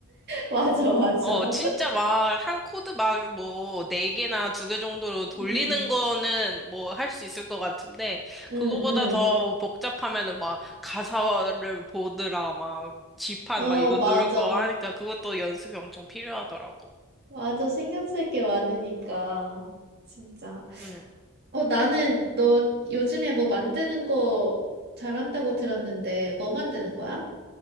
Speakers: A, on the right; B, in the centre.
A: 맞아, 맞아.
B: 어,
A: 어.
B: 진짜 막, 한 코드 막, 뭐, 네 개나 두 개 정도로 돌리는
A: 음,
B: 거는 뭐, 할 수 있을 것 같은데,
A: 음,
B: 그거보다
A: 음.
B: 더 복잡하면은 막, 가사를 보느라 막, 지판
A: 어,
B: 막 이거
A: 맞아.
B: 누를 거 하니까 그것도 연습이 엄청 필요하더라고.
A: 맞아. 신경 쓸 게 많으니까. 진짜.
B: 음.
A: 어, 나는 너 요즘에 뭐 만드는 거 잘한다고 들었는데, 뭐 만드는 거야?